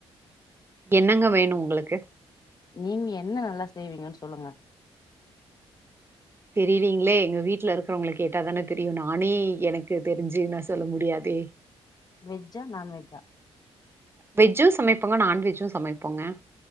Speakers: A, on the right; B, on the left.
A: என்னங்க வேணு உங்களுக்கு
B: நீங்க என்ன நல்லா செய்வீங்கன்னு சொல்லுங்க
A: தெரிலீங்ளே எங்க வீட்ல இருக்கிறவங்கள கேட்டா தானே தெரியு நானே எனக்கு தெரிஞ்சி நா சொல்ல முடியாதே
B: வெஜ்ஜா நான்வெஜ்ஜா
A: வெஜ்ஜு சமைப்போங்க நான்வெஜ்ஜு சமைப்போங்க